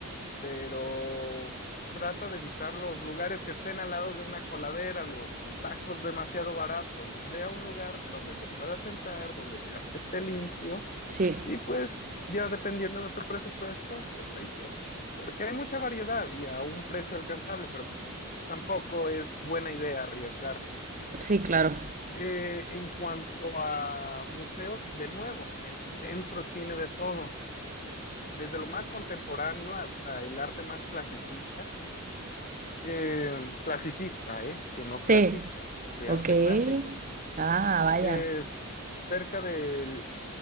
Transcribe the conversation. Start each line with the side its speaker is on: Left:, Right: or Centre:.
Left: pero trata de evitar los lugares que estén al lado de una coladera, los tacos demasiado baratos. Ve a un lugar donde te puedas sentar, donde veas que esté limpio
Right: sí,
Left: y pues ya dependiendo de tu presupuesto, pues ahí pones. Porque hay mucha variedad y a un precio alcanzable, pero tampoco es buena idea arriesgarse.
Right: sí, claro.
Left: Eh, en cuanto a museos, de nuevo, el centro tiene de todo, desde lo más contemporáneo hasta el arte más clasicista eh, clasicista, eh, que no
Right: Sí,
Left: clasista, de
Right: ok.
Left: arte clásico.
Right: Ah, vaya.
Left: Eh, cerca del,